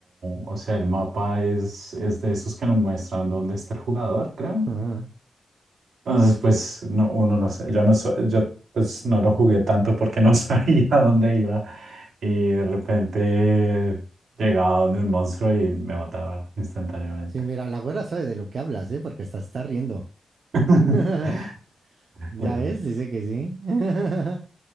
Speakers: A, on the right; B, on the right.
A: o sea, el mapa es, es de esos que nos muestran dónde está el jugador, creo.
B: Ajá.
A: Entonces, pues, no, uno no sé, yo no, so- yo pues no lo jugué tanto porque no <laughs> sabía dónde iba y de repente llegaba donde un monstruo y me mataba instantáneamente.
B: Sí, mira, la güera sabe de lo que hablas, ¿eh? Porque hasta se está riendo.
A: <laughs>
B: <laughs> Ya
A: Claro.
B: ves, dice que sí. <laughs>